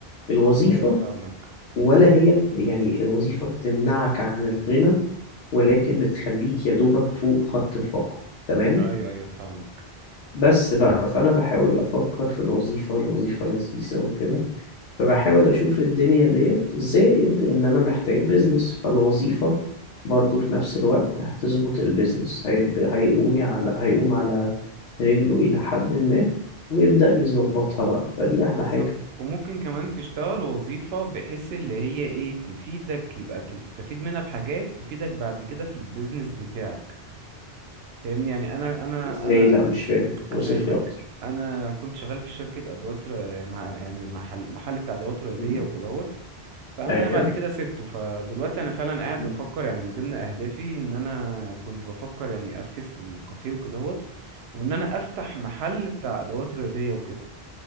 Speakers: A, on the left; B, on the right.
A: الوظيفة
B: ايوه فاهمك
A: ولا هي يعني الوظيفة بتمنعك عن الغنى ولكن بتخليك يا دوبك فوق خط الفقر تمام
B: ايوه ايوه فاهمك
A: بس بقى فأنا بحاول أفكر في الوظيفة الوظيفة لذيذة وكده فبحاول
B: مم.
A: أشوف الدنيا ديت زائد إن أنا محتاج بيزنس فالوظيفة برضو في نفس الوقت هتظبط البيزنس هيب- هيقوم على هيقوم على رجله إلى حد ما ويبدأ يظبطها بقى فدي أحلى
B: بالظبط
A: حاجة
B: وممكن كمان تشتغل وظيفة بحيث اللي هي ايه تفيدك يبقى تستفيد منها بحاجات تفيدك بعد كده في البيزنس بتاعك فاهمني يعني انا انا
A: إزاي
B: انا
A: لأ مش فاهم أوصف
B: افهمك
A: لي أكتر
B: انا كنت شغال في شركه ادوات ر- مع يعني محل محل بتاع ادوات رياضيه
A: مم.
B: وكدهوت فانا
A: أيوه
B: بعد كده سبته فدلوقتي انا فعلا قاعد
A: مم.
B: بفكر يعني من ضمن اهدافي ان انا كنت بفكر يعني افكس للكافيه وكدهوت وان انا افتح محل بتاع ادوات رياضيه